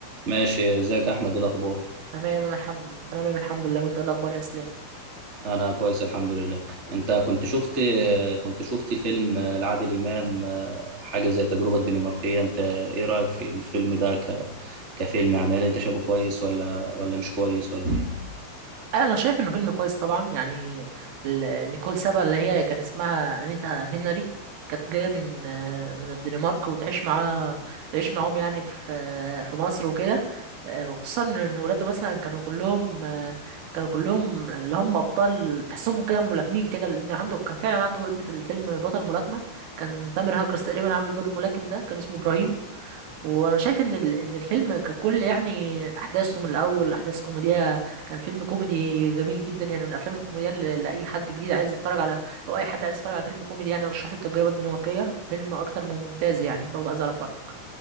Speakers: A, on the right; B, on the right.
A: ماشي ازيك يا احمد إيه الاخبار
B: تمام انا الحمد تمام الحمد لله وانت إيه الاخبار يا اسلام
A: انا كويس الحمد لله انت كنت شفت كنت شفت فيلم لعادل امام حاجه زي التجربه الدنماركيه انت ايه رايك في الفيلم ده ك... كفيلم يعني هل انت شايفه كويس ولا ولا مش كويس ولا إيه؟
B: انا شايف انه فيلم كويس طبعا يعني ال- نيكول سابا اللي هي كان اسمها انيتا هنري كانت جايه من آه، من الدنمارك وتعيش معاه تعيش معاهم يعني في آه، في مصر وكده آه، وخصوصا ان ولاده مثلا كانوا كلهم آه، كانوا كلهم اللي هم ابطال تحسهم كده ملاكمين كده لان عنده كان فعلا عنده ابن في الفيلم بطل ملاكمه كان تامر هجرس تقريبا عامل دور الملاكم ده كان اسمه ابراهيم وانا شايف ان ال- ان الفيلم ككل يعني احداثه من الاول احداث كوميديه كان فيلم كوميدي جميل جدا يعني من الافلام الكوميديه اللي اللي اي حد جديد عايز يتفرج على او اي حد عايز يتفرج على فيلم كوميدي يعني ارشح له التجربه الدنماركيه فيلم اكتر من ممتاز يعني برضه عايز اعرف رايك